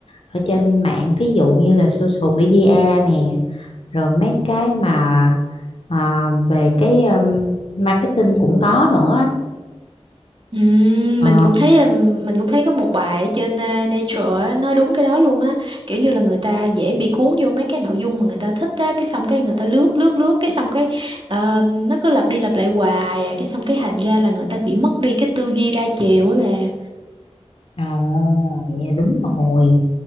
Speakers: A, on the left; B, on the right.
A: ở trên mạng thí dụ như là social media nè rồi mấy cái mà à, về cái um, marketing cũng có nữa
B: Ừm,
A: ờ
B: mình cũng thấy là mình cũng thấy có một bài ở trên ờ, Nature á, nói đúng cái đó luôn á kiểu như là người ta dễ bị cuốn vô mấy cái nội dung mà người ta thích á cái xong cái người ta lướt lướt lướt cái xong cái ờ, nó cứ lặp đi lặp lại hoài à, cái xong cái thành ra là người ta bị mất đi cái tư duy đa chiều á bà
A: ồ dạ đúng rồi